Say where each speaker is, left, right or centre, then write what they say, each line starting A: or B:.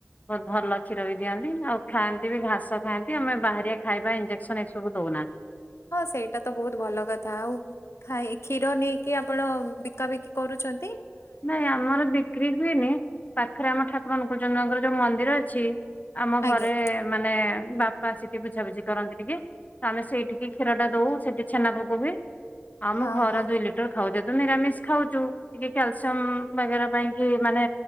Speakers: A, on the left; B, on the left.
A: ବହୁତ୍ ଭଲ କ୍ଷୀର ବି ଦିଅନ୍ତି ଆଉ ଖାଆନ୍ତି ବି ଘାସ ଖାଆନ୍ତି ଆମେ ବାହାରିଆ ଖାଇବା ଇଞ୍ଜେକ୍ସନ୍ ଏସବୁ ଦୋଉନା।
B: ହଁ ସେଇଟା ତ ବୋହୁତ ଭଲ କଥା ଆଉ ଖାଇ କ୍ଷୀର ନେଇକି ଆପଣ ବିକାବିକି କରୁଚନ୍ତ୍
A: ନାଇଁ ଆମର ବିକ୍ରି ହୁଏନି ପାଖରେ ଆମ ଠାକୁର ଅନୁକୁଳଚନ୍ଦ୍ରଙ୍କର ଯୋଉ ମନ୍ଦିର ଅଛି ଆମ
B: ଆଜ୍ଞା
A: ଘରେ ମାନେ ବାପା ସେଠି ବୁଝାବୁଝି କରନ୍ତି ଟିକେ। ତ ଆମେ ସେଇଠିକି କ୍ଷୀରଟା ଦୋଉ ସେଠି ଛେନା ଭୋଗ ହୁଏ। ଆମ
B: ହଁ
A: ଘର
B: ହଁ
A: ଦୁଇ ଲିଟର ଖାଉ ଯେହେତୁ ନିରାମିଷ୍ ଖାଉଚୁ। କ୍ୟାଲସିୟମ୍ ବାଗେରା ପାଇଁ କି ମାନେ